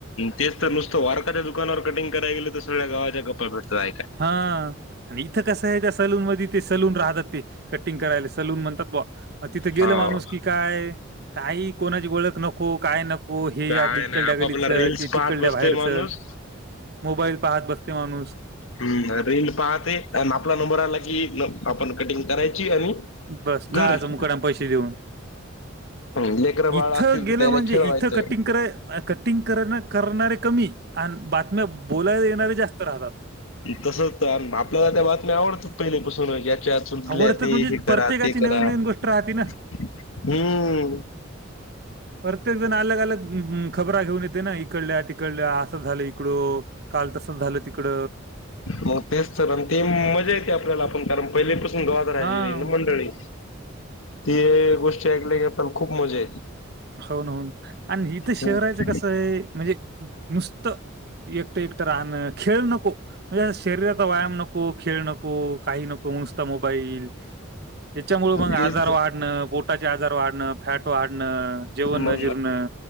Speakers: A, on the left (about 80°); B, on the right (about 50°).
A: तेच तर नुसतं वारकाच्या दुकानावर कटिंग कराय गेलं तर सगळ्या गावाच्यापपा भेटत आहे
B: हा आणि इथं कसं आहे त्या सलून मध्ये ते सलून राहतात ते कटिंग करायला सलून म्हणतात ब मग तिथं गेलं
A: हाव
B: माणूस की काय काही कोणाची ओळख नको काय नक हो हे
A: काय
B: या इकडल्या्या
A: नाही आपापला
B: गल्लीतलं
A: रील्स
B: ते
A: पाहत
B: तिकडल्या
A: बसतोय
B: बाहेरच
A: माणूस
B: मोबाईल पाहत बसते माणूस
A: ह् रेल पाहते आणि आपला नंबर आला की आपण कटिंग करायची आणि
B: बस
A: घरी
B: जाचं मुकडना पैसे देऊन
A: लेकरं बाळ
B: इथं
A: असतील
B: गेलं
A: तर त्याला
B: म्हणजे
A: खेळवायचं.
B: इथं कटिंग कराय कटिंग कर करणारे कमी आणि बातम्या बोलायला येणारे जास्त राहतात
A: तस तर आपल्याला त्या बातम्या आवडतात पहिलेपासून याच्यात सुधल्या
B: आवडतात
A: ते
B: म्हणजे
A: हे करा
B: प्रत्येकाची
A: ते करा
B: नवीन-नवीन
A: हम्म
B: गोष्ट राहते ना. प्रत्येक जण अलग अलग खबरा घेऊन येते ना इकडल्या तिकडल्या झालं इकडं काल तसं झालं तिकड
A: मग तेच तर आणि ते मजा येते आपल्याला पण कारण पहिलीपासून गवाद राहिलेली
B: हां.
A: ना मंडळी ती गोष्टी ऐकल्या क आपल्याला खूप मजा येते
B: होन होन आणि इथं
A: हम्म
B: शहरायचं कसं आहे म्हणजे नुसतं एकटं एकटं राहणं खेळ नको म्हणजे शरीरात व्यायाम नको खेळ नको काही नको नसता मोबाईल त्याच्यामुळ मग
A: तेच
B: आजार वाढणं बोटाचे आजार वाढणं फॅट वाढणं जेवण
A: म
B: न जीर्ण.